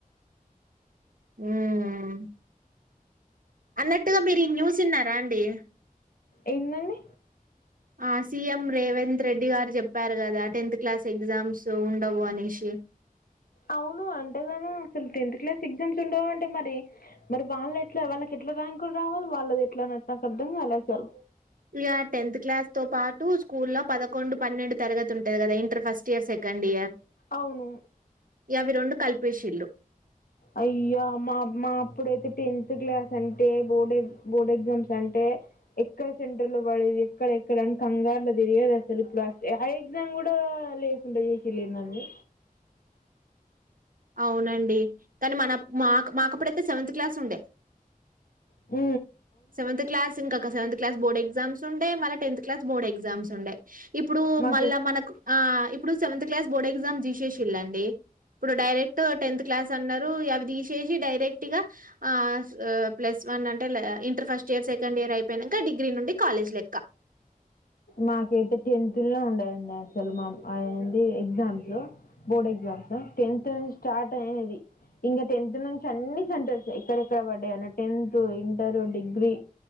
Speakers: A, on the right (about 65°); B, on the left (about 75°).
A: ఉమ్ అన్నట్టుగా మీరు ఈ న్యూస్ విన్నారా అండి
B: ఏందండి
A: ఆ సీఎం రేవంత్ రెడ్డి గారు చెప్పారు కదా టెన్త్ క్లాస్ ఎగ్జామ్స్ ఉండవు అనేసి,
B: అవును అంటేగాను అసలు టెన్త్ క్లాస్ ఎగ్జామ్స్ ఉండవు అంటే మరి, మరి వాళ్ళు ఎట్లా వాళ్ళకి ఎట్లా ర్యాంకులు రావాలి వాళ్ళది ఎట్లానో నాకు అర్థం కాలే అస్సలు
A: ఇగ టెన్త్ క్లాస్ తో పాటు స్కూల్లో పదకొండు పన్నెండు తరగతి ఉంటది కదా ఇర్ ఫస్ట్ ఇయర్ సెకండ్ ఇయర్
B: అవును
A: అవి రెండు కలిపేసిండు
B: అయ్యా మా మా అప్పుడైతే టెన్త్ క్లాస్ అంటే బోర్డు బోర్డ్ ఎగ్జామ్స్ అంటే ఎక్కడ సెంటర్ లో పడేది ఎక్కడ ఎక్కడని కంగారు లో తిరిగేది అసలు ఇప్పుడు ఆ ఎగ్జామ్ కూడా అవి కూడా లేకుండా చేసిళ్ళు ఏందండి
A: అవునండి కానీ మన మా మాకప్పుడయితే సెవెంత్ క్లాస్ ఉండే
B: ఊ
A: సెవంత్ క్లాస్ ఇంకా ఒక సెవంత్ క్లా బోర్డ్ ఎగ్జామ్స్ ఉండే మళ్లీ టెన్త్ క్లాస్ బోర్డ్ ఎగ్జామ్స్ ఉండే ఇప్పుడు
B: మాకు
A: మళ్ళా మనకు ఆ ఇప్పుడు సెవెంత్ క్లాస్ బోర్డ్ ఎగ్జామ్ తీసేసిల్ళండి ఇప్పుడు డైరెక్ట్ టెన్త్ క్లాస్ అన్నారు తీసేసి డైరెక్టగా ఆ అసలు ఆ ప్లస్ వన్ అంటారు ఫస్ట్ ఇయర్ సెకండ్ ఇయర్ అయిపోయినాక డిగ్రీ నుండి కాలేజ్ లెక్క
B: మాకైతే టెన్త్ లో ఉండేవండి అసలు మా అ ఏంది ఎగ్జామ్స్ బోర్డ్ ఎ ఎగ్జామ్స్ టెన్త్ నుంచి స్టార్ట్ అయ్యింది ఇంకా టెన్త్ నుంచి అన్ని సెంటర్సే ఎక్కడెక్కడ పడ్డాయన్న టెన్త్ ఇంటరు డిగ్రీ